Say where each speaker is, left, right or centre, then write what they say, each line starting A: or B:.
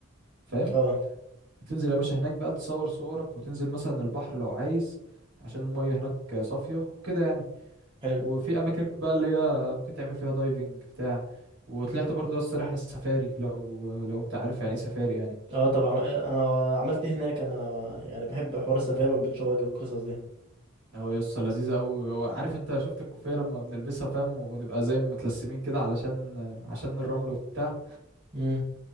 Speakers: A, on the right; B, on the right.
A: فاهم
B: اه
A: تنزل يا باشا هناك بقى تصور صورك وتنزل مثلا البحر لو عايز عشان المية هناك صافية وكده يعني
B: حلو
A: وفي أماكن بقى اللي هي ممكن تعمل فيها دايفنج بتاع وطلعت برضه يسطا رحلة سفاري لو لو انت عارف يعني ايه سفاري يعني
B: اه طبعا انا عملت إيه هناك انا يعني بحب حوار السفاري والبيتش باجي والقصص دي
A: اه يسطا لذيذة أوي عارف انت شفت الكوفية لما بنلبسها فاهم ونبقى زي متلسمين كده علشان عشان الرمل وبتاع
B: امم